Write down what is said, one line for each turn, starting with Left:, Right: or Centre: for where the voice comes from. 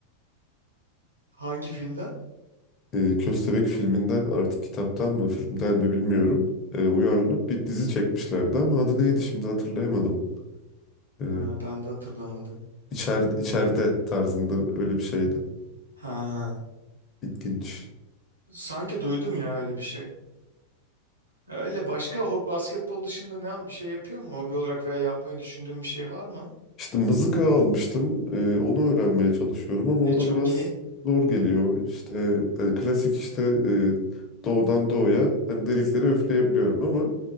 Right: Hangi filmden?
Left: E, Köstebek filminden artık kitaptan mı filmden mi bilmiyorum. E, uyarlanıp bir dizi çekmişlerdi ama adı neydi şimdi hatırlayamadım. E,
Right: Ha, ben de hatırlamadım.
Left: İçeride, içeride tarzında öyle bir şeydi.
Right: Ha,
Left: İlginç.
Right: sanki duydum ya öyle bir şey. Öyle başka ho- basketbol dışında ne bir şey yapıyor mu? Hobi olarak veya yapmayı düşündüğün bir şey var mı?
Left: İşte mızıka almıştım. Ee, onu öğrenmeye çalışıyorum ama
Right: E,
Left: o
Right: çok
Left: da biraz
Right: iyi.
Left: zor geliyor. İşte e, klasik işte e, doğudan doğuya hani delikleri üfleyebiliyorum ama